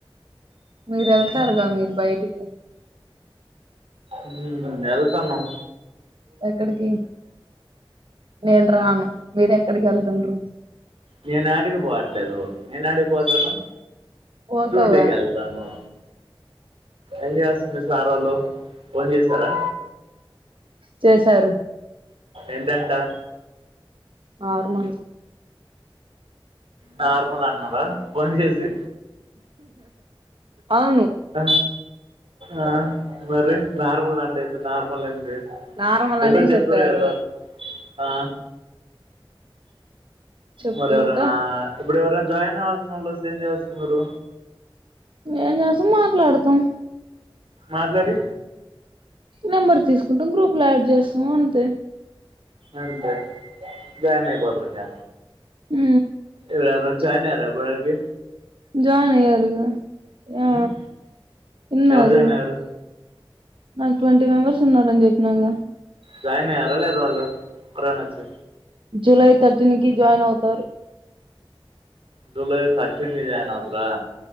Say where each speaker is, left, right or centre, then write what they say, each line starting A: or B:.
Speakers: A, on the right; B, on the right.
A: మీరు వెళ్తారుగా
B: ఉమ్,
A: మీరు బయటికి
B: ఉమ్ ఎల్తాన్నం
A: ఎక్కడికి నేను రాను మీరు ఎక్కడికి వెళ్తుండ్రు
B: నేను యాడిగిపోవట్లేదు నేను యాడిగిపోతను
A: పోతావుగా
B: డుటికి వెల్ దను ఏం చేస్తుంది సారోళ్లు ఫోన్ చేసారా
A: చేసారు
B: ఏంటంటా
A: ఆర్మల్
B: నార్మల్ అన్నారా ఫోన్ చేసి
A: అవును
B: ఆ ఆ మరి నార్మల్ అంటేతే నార్మల్ ఏంది
A: నార్మల్
B: ఇద్దరు
A: అనే
B: చప్పేరు
A: చెప్పారు
B: కదా ఆ
A: చెప్పు
B: మరి ఎవరన్న
A: ఇంకా
B: ఇప్పుడు ఎవరైనా జాయిన్ అవ్వాలసినోళ్లు వొస్తే ఏం చేస్తరు మీరు
A: ఎం చేసాం మాట్లాడుతం
B: మాట్లాడి
A: నెంబర్ తీసుకుంటాం గ్రూప్ లో యాడ్ చేస్తాము అంతే
B: అంతే జాయిన్ అయిపోతరు ఇంగ
A: ఉ
B: ఎవరైనా జాయిన్ అయ్యారా ఇప్పుడు వరకి
A: జాయిన్ అయ్యారుగా ఆ
B: ఉమ్,
A: ఉన్నారు
B: ఎవరు జాయిన్ అయ్యారు
A: నాకు ట్వంటీ మెంబర్స్ ఉన్నారు అని చెప్పినగా
B: జాయిన్ అయ్యారా లేద వాళ్ళు ఒక్కరన్న వొచ్చి
A: జూలై థర్టీన్ కి జాయిన్ అవుతారు
B: జులై థర్టీన్ కి జాయిన్ అవుతరా